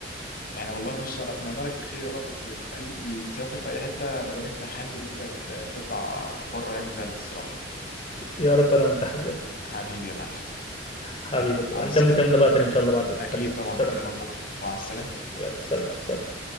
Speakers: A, on the left (about 55°); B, on the left (about 35°).
A: يعني والله بص انا اتمنى لك الخير يا رب ت- تت- اي تسافر في اي حته ما دام انت حابب ان انت تت- تطلع بره يعني البلد الصراحه
B: يا رب انا وانت حبيبي
A: حبيبي يا معلم
B: حبيبي
A: يلا
B: اخويا
A: على السلامه
B: هنكمل كلامنا
A: يا جميل
B: بقى تاني ان شاء الله بعدين
A: اكيد
B: حبيبي
A: طبعا
B: سلام
A: هكلمك بكره وعلى السلامه
B: يلا سلام سلام